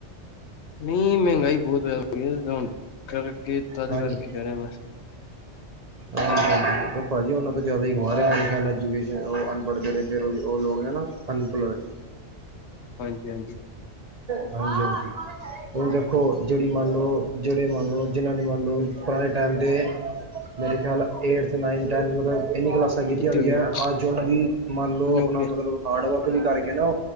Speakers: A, on the left; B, on the right.
A: ਨਹੀਂ ਮਹਿੰਗਾਈ ਬਹੁਤ ਜ਼ਿਆਦਾ ਹੋਈ ਕਰਕੇ ਤਦ
B: ਹਾਂਜੀ
A: ਕਰਕੇ ਕਰਹਿ ਰਿਿਆ ਮੈਂ
B: ਹਾਂਜੀ ਹਾਂਜੀ ਭਾਜੀ ਉਹਨਾਂ ਤੋਂ ਜਿਆਦਾ ਹੀ ਗਵਾ ਰਿਹਾ ਹਾਂ ਐਜੂਕੇਸ਼ਨ ਉਹ ਅਨਪੜ੍ਹ ਜਿੜੇ ਉਹ ਲੋਕ ਨੇ ਨਾ ਅਨਇੰਪਲੋਇਡ
A: ਹਾਂਜੀ ਹਾਂਜੀ
B: ਹਾਂਜੀ ਹਾਂਜੀ ਹ ਦੇਖੋ ਜਿਹੜੀ ਮੰਨ ਲਓ ਜਿਹੜੇ ਮੰਨ ਲਓ ਜਿੰਨ੍ਹਾਂ ਨਹੀਂ ਮੰਨ ਲਓ ਪੁਰਾਣੇ ਟਾਈਮ ਦੇ ਮਰੇ ਖਿਆਲ ਏਥ ਨਾਈਨਥ ਟੈਂਨਥ ਮਤਲਬ ਇੰਨੀ ਕਲਾਸ ਕੀਤੀਆਂ
A: ਕਿੱਥੇ
B: ਹੁੰਦੀਆਂ
A: ਹੋਈ
B: ਅੱਜ ਉਹਨਾਂ ਦੀ ਮੰਨ ਲਓ
A: ਨੌਕਰੀਆਂ
B: ਆਪਣਾ ਮਤਲਬ ਹਾਰਡ ਵਰਕ ਤੁਮੀ ਕਰਕੇ ਨ